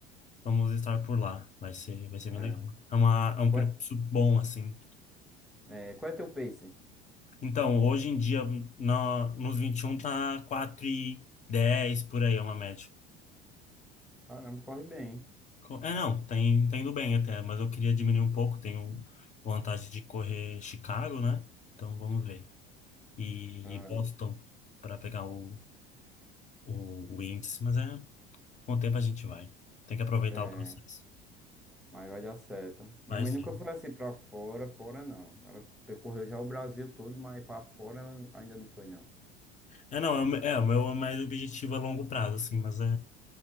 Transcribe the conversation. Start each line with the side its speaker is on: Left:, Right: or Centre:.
Left: Vamos estar por lá. Vai ser, vai ser
Centre: É.
Left: bem legal. É uma, é um
Centre: Qual
Left: percurso bom, assim.
Centre: é, é, qual é teu pace?
Left: Então, hoje em dia, na, nos 21 tá 4 e 10 por aí, é uma média.
Centre: Caramba, corre bem. hein?
Left: Co- É, não, tá, in- tá indo bem até, mas eu queria diminuir um pouco. Tenho vontade de correr Chicago, né? Então, vamos ver. E,
Centre: Caramba.
Left: e Boston para pegar o, o, o índice, mas é, com o tempo a gente vai. Tem que aproveitar
Centre: É,
Left: o processo.
Centre: mas vai dar certo. Minha
Left: Vai
Centre: mãe
Left: sim.
Centre: nunca foi assim pra fora, fora não. Ela percorreu já o Brasil todo, mas pra fora ela ainda não foi não.
Left: É, não, é, o meu- é, o meu é mais objetivo a longo prazo, assim, mas é.